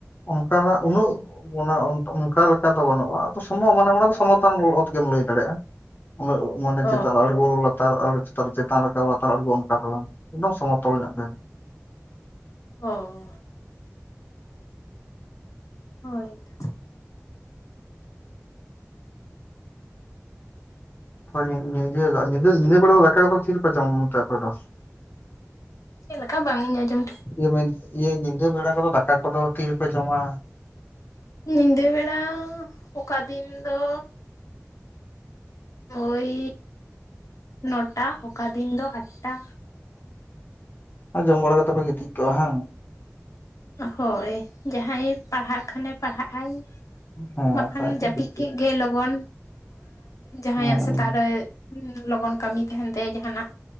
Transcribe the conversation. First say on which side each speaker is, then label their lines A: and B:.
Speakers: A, on the left (about 40°); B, on the left (about 85°).
A: ᱚᱱᱠᱟᱱᱟᱜ ᱩᱱᱟᱹᱜ ᱚᱱᱟ ᱚᱱᱠᱟ ᱞᱮᱠᱟ ᱫᱚ ᱵᱟᱹᱱᱩᱜᱼᱟ ᱟᱫᱚ ᱥᱚᱢᱚ ᱢᱟᱱᱮ ᱢᱟᱱᱮ ᱥᱚᱢᱚᱛᱚᱱ ᱚᱛ ᱜᱮᱢ ᱞᱟᱹᱭ ᱫᱟᱲᱮᱭᱟᱜᱼᱟ᱾ ᱚᱱᱟᱹᱜ <unintelligible> ᱢᱟᱱᱮ
B: ᱚ
A: ᱪᱮᱛᱟᱱ ᱟᱬᱜᱚ ᱞᱟᱛᱟᱨ ᱟᱬᱜᱚ ᱪᱮᱛᱟᱱ ᱨᱟᱠᱟᱵᱞᱟᱛᱟᱨ ᱟᱰᱜᱚ ᱚᱱᱠᱟ ᱫᱚ ᱵᱟᱝ ᱮᱠᱫᱚᱢ ᱥᱚᱢᱚᱛᱚᱞ ᱧᱚᱜ ᱜᱮ᱾
B: ᱚ ᱦᱳᱭ ᱛᱚ
A: ᱦᱳᱭ ᱧᱤᱫᱟᱹ ᱵᱮᱲᱟ ᱫᱚ ᱫᱟᱠᱟ ᱠᱚᱫᱚ ᱠᱚᱫᱚ ᱛᱤ ᱨᱮᱯᱮ ᱡᱚᱢ ᱛᱮ ᱟᱯᱮ ᱫᱚ?
B: ᱪᱮᱫ ᱞᱮᱠᱟ ᱵᱟᱝ ᱤᱧ ᱟᱡᱚᱸᱢ?
A: ᱤᱭᱟᱹ ᱢᱮᱱ ᱤᱭᱟᱹ ᱧᱤᱫᱟᱹ ᱵᱮᱲᱟ ᱠᱚᱫᱚ ᱫᱟᱠᱟ ᱠᱚᱫᱚ ᱛᱤ ᱨᱮᱯᱮ ᱡᱚᱢᱟ?
B: ᱧᱤᱫᱟᱹ ᱵᱮᱲᱟ ᱚᱠᱟ ᱫᱤᱱ ᱫᱚ ᱳᱭ ᱱᱚᱴᱟ ᱚᱠᱟ ᱫᱤᱱ ᱫᱚ ᱟᱴᱴᱟ᱾
A: ᱚ ᱡᱚᱢ ᱵᱟᱲᱟ ᱠᱟᱛᱮ ᱯᱮ ᱜᱤᱛᱤᱡ ᱠᱚᱜᱼᱟ᱾ ᱦᱟᱝ
B: ᱦᱳᱭ ᱡᱟᱦᱟᱸᱭ ᱯᱟᱲᱦᱟᱜ ᱠᱷᱟᱱᱮ ᱯᱟᱲᱦᱟᱜᱼᱟᱭ
A: ᱦᱮᱸ
B: ᱵᱟᱠᱷᱟᱱ
A: ᱵᱟᱠᱷᱟᱡ
B: ᱡᱟᱹᱯᱤᱫ
A: ᱜᱤᱛᱤᱡ
B: ᱠᱮᱫ ᱜᱮ ᱞᱚᱜᱚᱱ᱾ ᱡᱟᱦᱟᱸᱭᱟᱜ
A: ᱦᱮᱸ
B: ᱥᱮᱛᱟᱜ ᱨᱮ ᱞᱚᱜᱚᱱ ᱠᱟᱹᱢᱤ ᱛᱟᱦᱮᱱ ᱛᱟᱭᱟ ᱡᱟᱦᱟᱱᱟᱜ᱾